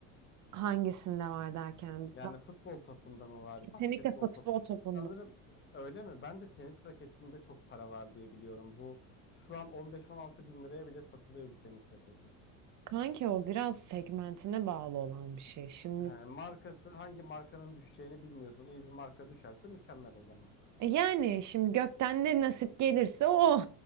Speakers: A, on the right; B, on the left.
A: Hangisinde var derken.
B: Yani
A: Bak,
B: futbol topunda mı var,
A: kesinlikle
B: basketbol
A: futbol
B: top?
A: topunda.
B: Sanırım e, öyle mi? Ben de tenis raketinde çok para var diye biliyorum. Bu şu an 15-16 bin liraya bile satılıyor bir tenis raketi.
A: Kanki o biraz segmentine bağlı olan bir şey. Şimdi
B: He, markası hangi markanın düşeceğini bilmiyorsun. İyi bir marka düşerse mükemmel o zaman.
A: E Yani şimdi gökten ne nasip gelirse o.